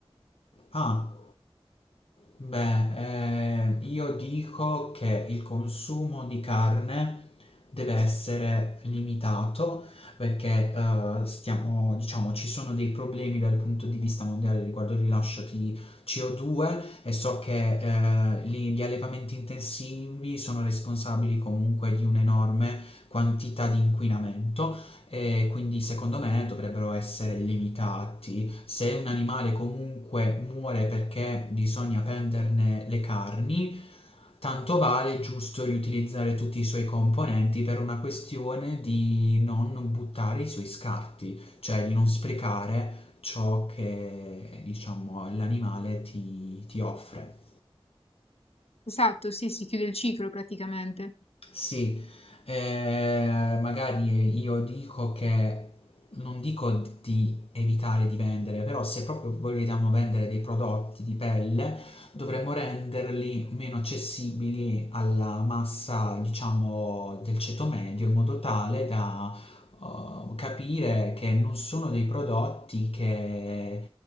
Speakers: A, on the left; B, on the left.
A: Ah. Beh, eh, io dico che il consumo di carne deve essere limitato perché eh, stiamo, diciamo, ci sono dei problemi dal punto di vista mondiale riguardo il rilascio di CO2 e so che eh, gli, gli allevamenti intensivi sono responsabili comunque di un'enorme quantità di inquinamento e quindi secondo me dovrebbero essere limitati quindi se un animale comunque muore perché bisogna prenderne le carni, tanto vale giusto riutilizzare tutti i suoi componenti per una questione di non buttare i suoi scarti, cioè di non sprecare ciò che diciamo l'animale ti, ti offre.
B: Esatto, sì, si chiude il ciclo praticamente.
A: Sì, eh, magari io dico che non dico di evitare di vendere, però se proprio vogliamo vendere dei prodotti di pelle, dovremmo renderli meno accessibili alla massa, diciamo, del ceto medio in modo tale da uh, capire che non sono dei prodotti che,